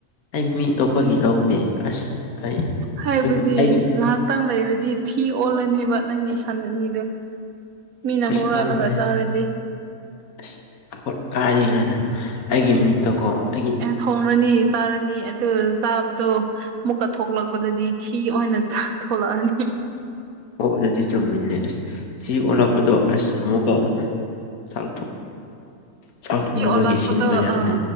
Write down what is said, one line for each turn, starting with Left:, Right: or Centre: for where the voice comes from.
Left: ꯑꯩ ꯃꯤ ꯑꯇꯣꯞꯄꯒꯤ ꯂꯧꯗꯦ ꯑꯁ ꯑꯩ
Right: ꯍꯥꯏꯕꯗꯤ
Left: ꯑꯩ ꯑꯩꯒꯤ
Right: ꯉꯥꯏꯍꯥꯛꯇꯪ ꯂꯩꯔꯗꯤ ꯊꯤ ꯑꯣꯜꯂꯅꯦꯕ ꯅꯪꯒꯤ ꯁꯟ ꯑꯅꯤꯗꯨ ꯃꯤꯅ
Left: ꯑꯁ
Right: ꯍꯨꯔꯜꯂꯒ
Left: ꯑꯣꯜꯂꯣꯏꯍꯦ
Right: ꯆꯥꯔꯗꯤ
Left: ꯑꯁ ꯑꯩꯈꯣꯢ ꯀꯥꯏꯗꯩꯅꯣꯗ ꯑꯩꯒꯤ ꯃꯤꯠꯇꯀꯣ ꯑꯩꯒꯤ
Right: ꯊꯣꯡꯉꯅꯤ ꯆꯥꯔꯅꯤ ꯑꯗꯨ ꯆꯥꯕꯗꯣ ꯃꯨꯛꯀ ꯊꯣꯛꯂꯛꯄꯗꯗꯤ ꯊꯤ ꯑꯣꯏꯅ ꯆꯥꯛ ꯊꯣꯛꯂꯛꯑꯅꯤ
Left: ꯑꯣ ꯑꯗꯨꯗꯤ ꯆꯨꯝꯃꯤꯅꯦ ꯑꯁ ꯊꯤ ꯑꯣꯜꯂꯛꯄꯗꯣ ꯑꯁ ꯑꯃꯨꯛꯀ ꯆꯥꯛ ꯆꯥꯛ ꯊꯣꯡꯅꯕꯒꯤ
Right: ꯊꯤ ꯑꯣꯜꯂꯛꯄꯗꯣ
Left: ꯁꯤꯟꯕ ꯌꯥꯔꯦ
Right: ꯑꯥ